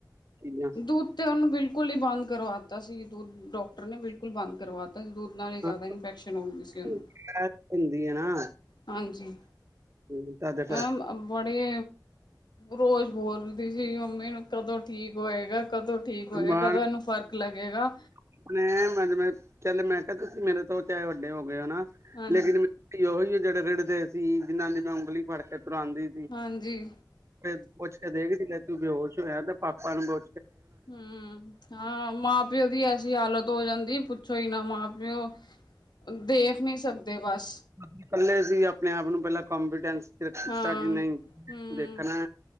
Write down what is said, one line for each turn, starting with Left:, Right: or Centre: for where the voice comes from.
Right: ਚੀਜ਼ਾਂ
Left: ਦੁੱਧ ਤੇ ਉਹਨੂੰ ਬਿਲਕੁਲ ਹੀ ਬੰਦ ਕਰਵਾਤਾ ਸੀ ਦੁੱਧ ਡਾਕਟਰ ਨੇ ਬਿਲਕੁਲ ਬੰਦ ਕਰਵਾਤਾ ਦੁੱਧ ਨਾਲ ਹੀ ਜ਼ਿਆਦਾ
Right: ਹਾਂ,
Left: ਇਨਫੈਕਸ਼ਨ ਹੋਦੀ ਸੀ ਉਹਨੂੰ
Right: ਗੈਸ ਹੁੰਦੀ ਹੈ ਨਾ
Left: ਹਾਂਜੀ
Right: ਹੂੰ, ਤਦ
Left: ਮ
Right: ਕਰ
Left: ਬੜੇ ਰੋਜ਼ ਬੋਲਦੀ ਸੀ ਮੰਮੀ ਨੂੰ ਕਦੋਂ ਠੀਕ ਹੋਏਗਾ ਕਦੋਂ ਠੀਕ ਹੋਏਗਾ
Right: ਮਾਨ
Left: ਕਦੋਂ ਇਹਨੂੰ ਫ਼ਰਕ ਲੱਗੇਗਾ
Right: ਆਪਣੇ ਮੈਂ ਮੈਂ ਚੱਲ ਮੈਂ ਤੁਸੀਂ ਮੇਰੇ ਤੋਂ ਚਾਹੇ ਵੱਡੇ ਹੋ ਹਨਾ
Left: ਹਾਂਜੀ
Right: ਲੇਕਿਨ ਮੂੰ ਉਹੀ ਜਿਹੜੇ ਰਿੜਦੇ ਸੀ ਜਿਹਨਾਂ ਦੀ ਮੈਂ ਉਂਗਲੀ ਫੜ ਕੇ ਤੁਰਾਂਦੀ ਸੀ
Left: ਹਾਂਜੀ
Right: ਫ ਪੁਛ ਕੇ ਦੇਖਦੀ ਲੈ ਤੂੰ ਬੇਹੋਸ਼ ਹੋਇਆ ਤੇ ਪਾਪਾ ਨੂੰ ਬਹ
Left: ਹੂੰ, ਹਾਂ ਮਾਂ ਪਿਓ ਦੀ ਐਸੀ ਹਾਲਤ ਹੋ ਜਾਂਦੀ। ਪੁੱਛੋ ਹੀ ਨਾ ਮਾਂ ਪਿਓ? ਦੇਖ ਨਹੀਂ ਸਕਦੇ ਬਸ
Right: ਇਕੱਲੇ ਸੀ ਆਪਣੇ ਆਪ ਨੂੰ ਪਹਿਲਾਂ ਕੋਂਫੀਡੈਂਸ ਕੀਤਾ
Left: ਹਾਂ
Right: ਕਿ ਨਹੀਂ
Left: ਹੂੰ
Right: ਦੇਖਣਾ।